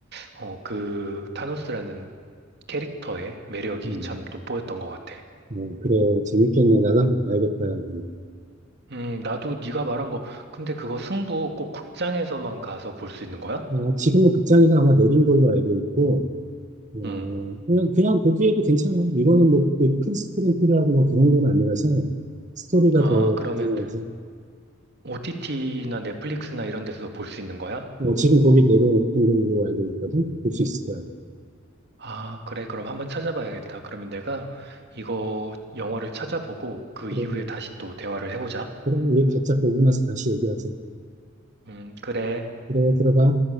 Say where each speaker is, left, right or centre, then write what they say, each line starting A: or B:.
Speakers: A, on the right; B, on the right.
A: 어, 그 타노스라는 캐릭터의 매력이
B: 음,
A: 참 돋보였던 것 같아.
B: 어, 그래, 재밌겠네. 나도 한번 봐야겠다. 여기.
A: 음, 나도 네가 말한 거, 근데 그거 승부 꼭 극장에서만 가서 볼 수 있는 거야?
B: 어, 지금은 극장에서 아마 내린 걸로 알고 있고, 어,
A: 음.
B: 그냥, 그냥 보기에도 괜찮아. 이거는 뭐, 그큰 스크린 필요하고 뭐 그런 건 아니라서, 스토리가
A: 아,
B: 더
A: 그러면
B: 중요해서,
A: OTT나 넷플릭스나 이런 데서도 볼 수 있는 거야?
B: 어, 지금 거기 내려온 걸로 알고 있거든? 볼 수 있을 거야.
A: 아, 그래. 그럼 한번 찾아봐야겠다. 그러면 내가 이거 영화를 찾아보고 그
B: 그래,
A: 이후에 다시 또 대화를 해보자.
B: 그럼 우리 각자 보고 나서 다시 얘기하자.
A: 음, 그래.
B: 그래, 들어가.